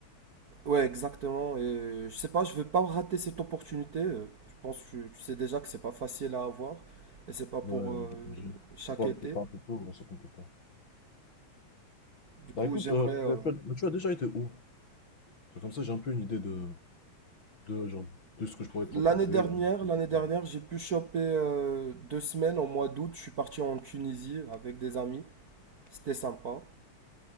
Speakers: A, on the right; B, on the left.
A: Ouais, exactement. Et je sais pas, je veux pas rater cette opportunité. Euh, Je pense que tu, tu sais déjà que c'est pas facile à avoir et c'est pas pour
B: Ouais,
A: euh,
B: de congé.
A: chaque
B: Surtout avec
A: été.
B: le temps un peu tôt, ouais, c'est compliqué.
A: Du
B: Bah
A: coup,
B: écoute,
A: j'aimerais.
B: euh,
A: euh,
B: tu as, tu as- mais tu as déjà été où? C'est comme ça, j'ai un peu une idée de, de, genre, de ce que je pourrais te proposer.
A: L'année dernière,
B: ou bien de
A: l'année
B: ce que je pourrais-
A: dernière, j'ai pu choper euh, deux semaines au mois d'août. Je suis parti en Tunisie avec des amis. C'était sympa.